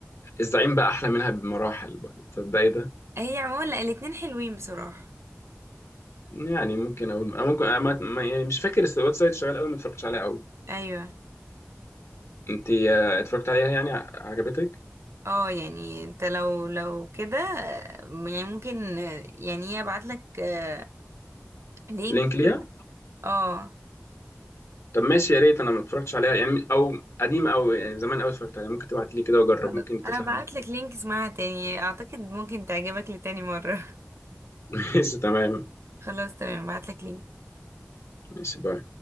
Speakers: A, on the left; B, on the right.
A: الزعيم بقى احلى منها بمراحل بقى تصدقي ده
B: هي عموما لا الاتنين حلوين بصراحة
A: يعني ممكن اقول أنا ممكن أنا ما- ما- يعني مش فاكر الس- الويب سايت شغال قوي ما اتفرجتش عليها قوي
B: ايوه
A: انت آه، اتفرجت عليها يعني ع- عجبتك
B: اه يعني انت لو لو كده آه، يعني ممكن آه، يعني ايه ابعت لك آه، لينك
A: لينك ليها
B: كده اه
A: طب ماشي يا ريت انا ما اتفرجتش عليها يعني او قديمه او يعني زمان قوي اتفرجت عليها ممكن تبعتي لي كده واجرب
B: على
A: ممكن
B: انا
A: تطلع
B: ابعت
A: حلوه
B: لك لينك اسمعها تاني اعتقد ممكن تعجبك لتاني مرة <laughs>
A: <laughs> ماشي تمام
B: خلاص تمام ابعت لك لينك
A: ماشي باي